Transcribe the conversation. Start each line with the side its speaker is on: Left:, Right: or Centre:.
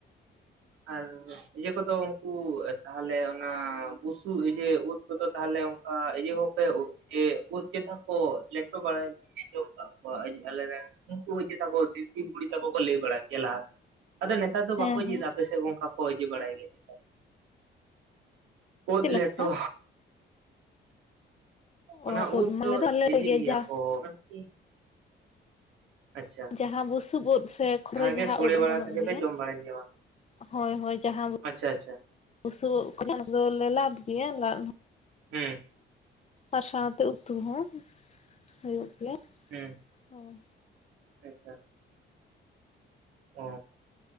Right: ᱟᱨ ᱤᱭᱟᱹ ᱠᱚᱫᱚ ᱩᱱᱠᱩ ᱛᱟᱦᱚᱞᱮ ᱚᱱᱟ ᱵᱥᱩ ᱤᱭᱟᱹᱮ ᱩᱫ ᱩᱱᱠᱩᱫᱚ ᱛᱟᱦᱚᱞᱮ ᱚᱱᱠᱟ ᱤᱭᱟᱹᱦᱚᱸᱯᱮ ᱩᱫ ᱪᱮᱛ ᱠᱚ ᱞᱮᱴᱚ ᱵᱟᱲᱟᱭ ᱟᱸᱡᱚᱢ ᱠᱟᱫ ᱠᱚᱣᱟ ᱟᱞᱮ ᱨᱮᱱ ᱩᱱᱠᱩ ᱡᱟ ᱠᱚ ᱫᱤᱫᱤ ᱵᱩᱲᱤ ᱛᱟᱠᱚ ᱠᱚ ᱞᱟᱹᱭ ᱵᱟᱲᱟ ᱠᱮᱭᱟ ᱞᱟᱦᱟ ᱫᱚ ᱟᱫᱚ ᱱᱮᱛᱟᱨ ᱫᱚ
Left: ᱦᱮᱸ
Right: ᱵᱟᱠᱚ ᱤᱫᱤᱭᱮᱫᱟ
Left: ᱦᱮᱸ
Right: ᱟᱯᱮᱮᱥᱮᱫ ᱜᱚᱝᱠᱟ ᱠᱚ ᱤᱫᱤ ᱵᱟᱲᱟᱭ ᱜᱮᱭᱟ ᱱᱮᱛᱟᱨ ᱩᱫ
Left: ᱪᱮᱫ ᱞᱮᱠᱟ
Right: ᱞᱮᱴᱚ ᱚᱱᱟ
Left: ᱚ
Right: ᱩᱫ
Left: ᱢᱟᱞᱮ
Right: ᱫᱚ
Left: ᱟᱞᱮ
Right: ᱤᱫᱤ ᱜᱮᱭᱟ
Left: ᱡᱟ
Right: ᱠᱚ ᱟᱨᱠᱤ ᱟᱪᱪᱷᱟ
Left: ᱡᱟᱦᱟᱸ ᱵᱩᱥᱩᱵ ᱩᱫ ᱥᱮ ᱠᱷᱚᱨᱮ ᱡᱟᱦᱟᱸ
Right: ᱜᱮ ᱥᱳᱲᱮ
Left: ᱩᱫ ᱚᱢᱚᱱᱚᱜ
Right: ᱵᱟᱲᱟ ᱠᱟᱛᱮ
Left: ᱜᱮᱭᱟ
Right: ᱯᱮ ᱡᱚᱢ ᱵᱟᱲᱟᱭ ᱜᱮᱭᱟ ᱵᱟᱝ
Left: ᱦᱳᱭ ᱦᱳᱭ ᱡᱟᱦᱟᱸ
Right: ᱟᱪᱪᱷᱟ ᱟᱪᱪᱷᱟ
Left: ᱵᱩᱥᱩᱚᱜ ᱩᱫ ᱠᱚ ᱧᱟᱢᱚᱜᱟ ᱫᱚ ᱚᱱᱟ ᱠᱚᱫᱚᱞᱮ ᱞᱟᱫ ᱜᱮᱭᱟ ᱞᱟᱫ ᱦᱚᱸ
Right: ᱦᱮᱸ
Left: ᱟᱨ ᱥᱟᱶᱛᱮ ᱩᱛᱩ ᱦᱚᱸ ᱦᱩᱭᱩᱜ ᱜᱮᱭᱟ
Right: ᱦᱮᱸ
Left: ᱚ
Right: ᱟᱪᱪᱷᱟ ᱚ